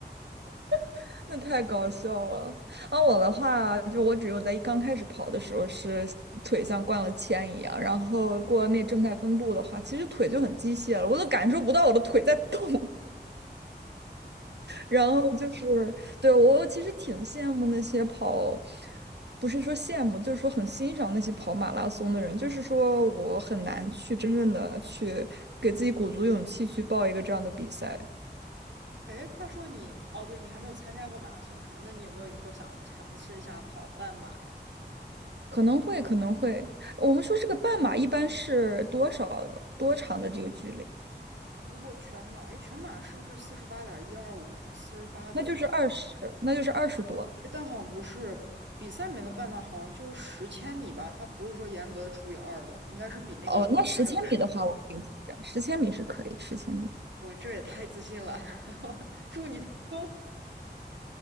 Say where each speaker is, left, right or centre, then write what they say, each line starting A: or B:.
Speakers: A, on the right; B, on the right.
A: <laughs>，那太搞笑了。啊，我的话，就我只有在刚开始跑的时候是腿像灌了铅一样，然后过了那正态分布的话，其实腿就很机械了，我都感受不到我的腿在动。然后就是，对，我其实挺羡慕那些跑，不是说羡慕，就是说很欣赏那些跑马拉松的人。就是说我很难去真正的去给自己鼓足勇气去报一个这样的比赛，
B: 哎，话说你，哦，对，你还没有参加过马拉松是吗？那你有没有以后想尝试一下跑半马呀？
A: 可能会，可能会。我们说这个半马一般是多少多长的这个距离？
B: 如果全马，哎，全马是不是四十八点一二五呀？四十八多公里？
A: 那就是二十，那就是二十多。
B: 哎，但好像不是，比赛里面的半马好像就十千米吧，它不是说严格的除以二的，应该是比那个一二要少很多。
A: 哦，那十千米的话，我可以挑战，十千米是可以，十千米。
B: 哇，这也太自信了，<laughs> 祝你成功！